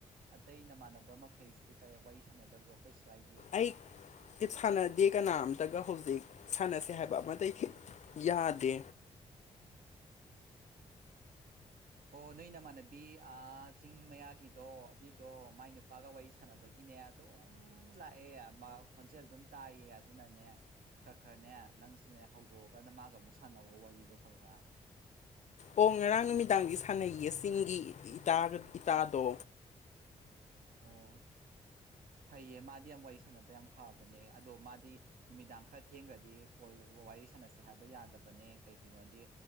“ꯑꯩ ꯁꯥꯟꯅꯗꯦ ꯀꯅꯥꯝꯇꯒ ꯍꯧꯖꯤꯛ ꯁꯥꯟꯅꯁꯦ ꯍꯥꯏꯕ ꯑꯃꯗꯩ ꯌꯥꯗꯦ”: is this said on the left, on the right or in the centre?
Left